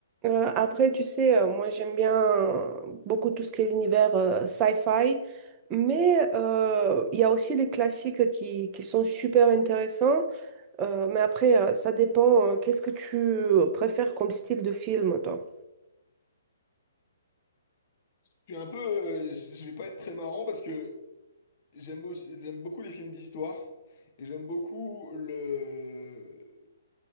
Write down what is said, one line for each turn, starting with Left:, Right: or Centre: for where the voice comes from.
Right: Euh, après, tu sais, euh, moi j'aime bien euh, beaucoup tout ce qui est l'univers euh, sci-fi, mais euh, il y a aussi les classiques qui, qui sont super intéressants. Euh, mais après, euh, ça dépend, euh, qu'est-ce que tu euh, préfères comme style de film, toi?
Left: Je suis un peu, euh, je je vais pas être très marrant parce que j'aime aussi- j'aime beaucoup les films d'histoire et j'aime beaucoup le.